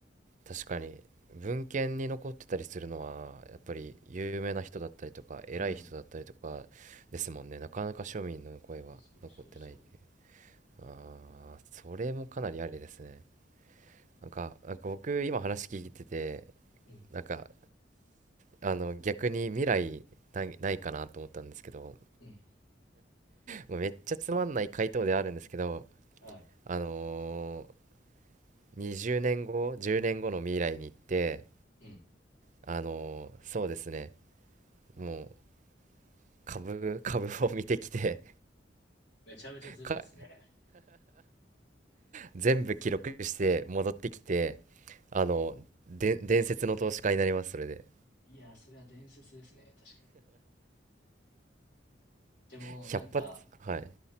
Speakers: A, on the right; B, on the left.
A: 確かに、文献に残ってたりするのは、やっぱり有名な人だったりとか、偉い人だったりとかですもんね。
B: うん。
A: なかなか庶民の声は残ってないって。
B: そうそうそ
A: あー、それもかなりありですね。なんか、なんか僕今話聞いてて、
B: う。うん。
A: なんか、あの、逆に未来ないないかなと思ったんですけど、
B: うん。
A: もうめっちゃつまんない回答ではあるんですけど、
B: はい。
A: あのー20年後、10年後の未来に行って、
B: うん。
A: あのーそうですね、もう株、株を見てきて、
B: めちゃめちゃずるですね。
A: か、全部記録して戻ってきて、あの、で、伝説の投資家になります、それで。
B: いや、それは伝説ですね。確かに。でもなんか
A: 100発、はい、